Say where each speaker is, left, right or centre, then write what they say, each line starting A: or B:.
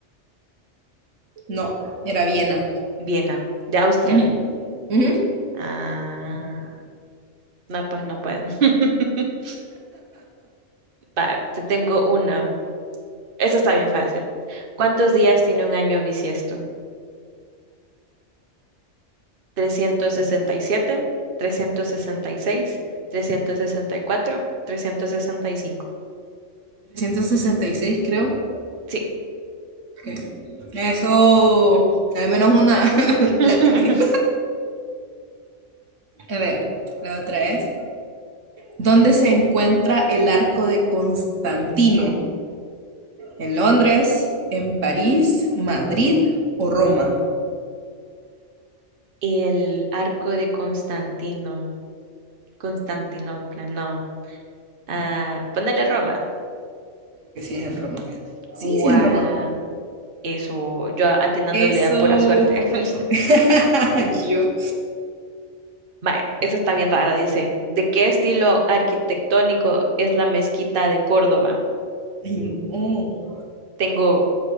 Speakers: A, on the right (about 85°); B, on the right (about 50°).
A: No, era Viena.
B: Viena, de Austria.
A: Ujú. Ujú.
B: Ah, no, pues no puedo. <laughs> Va, te tengo una. Esa está bien fácil. ¿Cuántos días tiene un año bisiesto? trescientos trescientos trescientos sesenta sesenta sesenta y y y siete seis cuatro trescientos sesenta y cinco
A: trescientos sesenta y seis creo.
B: Sí.
A: que Eso, al menos una <laughs>
B: <laughs>
A: latiné. A ver, la otra es. ¿Dónde se encuentra el arco de Constantino? ¿En Londres? ¿En París? ¿Madrid o Roma?
B: El arco de Constantino, Constantinopla, no. Ah, ponele Roma.
A: Porque sí es en Roma.
B: Guau.
A: Sí, sí es en Roma.
B: Eso, yo atinándole
A: Eso.
B: a pura suerte. <laughs>
A: <laughs> Yo.
B: Vaya, esa está bien rara, dice. ¿De qué estilo arquitectónico es la mezquita de Córdoba?
A: Ay, no.
B: Tengo